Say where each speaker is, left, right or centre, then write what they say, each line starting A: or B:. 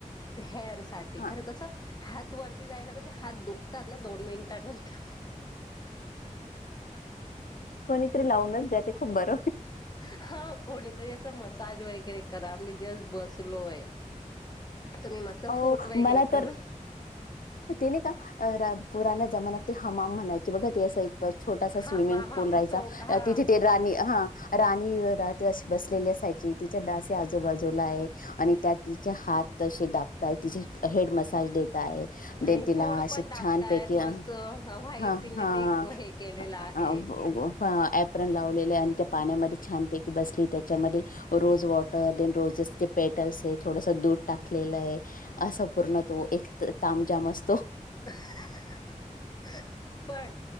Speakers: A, on the left (about 30°); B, on the left (about 85°).
A: ते हेअर. साठी
B: हा
A: खर कस हात वरती जायला कस हात दुखतात ना दोन मिनिटनंतर
B: कोणीतरी लावूनच द्या ते खूप बरं
A: हा कोणी तरी असा मसाज वगैरे करा आम्ही जस्ट बसलोय. तुम्ही मस्त
B: अ
A: फूट वगैरे
B: मला तर
A: करू
B: तने का? पुरा जमानत ते हमाम म्हणायचे बघा ते असं एकच- छोटासा
A: हा
B: swimming
A: ma'am ma'am
B: pool राहायचा
A: so हा
B: तिथे ते राणी हा राणी राहते अशी बसलेली असायची तिच्या दासी ह आजूबाजूला आहे आणि त्यात. चे हात ते दापताय तिचे हेड मसाज देत.
A: आणि
B: तिला
A: फूड
B: असं
A: पण दाबतायत
B: छानपैकी
A: मस्त
B: हा
A: व्हाईट तिने
B: हा.
A: ते हे केलेलं आहे
B: ह. ए परन लावलेले आणि त्या पाण्यामध्ये छानपैकी बसली त्याच्यामध्ये rose water then rose. Just petal स. थोडस दूध टाकलेलं आहे असं पूर्ण तो एक तामजाम असतो.
A: ह्ह्ह्ह. पण